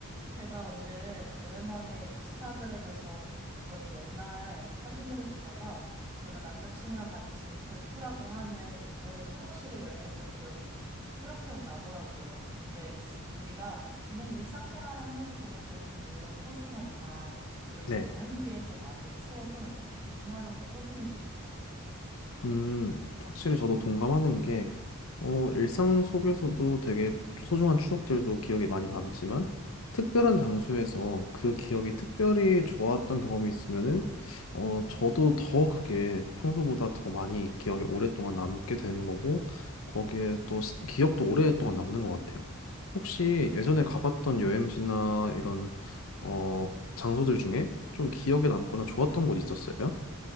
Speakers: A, on the right (about 15°); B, on the left (about 70°).
A: 제가 오늘 오랜만에 인스타그램에서 저희 옛날 사진들을 보다가 제가 남자친구랑 같이 베푸라고 하는 일본의 소도시를 여행했던 기억이 새록새록 나더라고요. 근데 우리가 그냥 일상생활을 하면서 보낸 기억도 물론 소중하지만 이렇게
B: 네.
A: 여행지에서 만든 추억은 정말로 더 소중해지는 것 같아요.
B: 음, 확실히 저도 동감하는 게, 어, 일상 속에서도 되게 소중한 추억들도 기억에 많이 남지만, 특별한 장소에서 그 기억이 특별히 좋았던 경험이 있으면은, 어, 저도 더 그게 평소보다 더 많이 기억에 오랫동안 남게 되는 거고, 거기에 또 시- 기억도 오랫동안 남는 것 같아요. 혹시 예전에 가봤던 여행지나 이런, 어, 장소들 중에 좀 기억에 남거나 좋았던 곳 있었어요?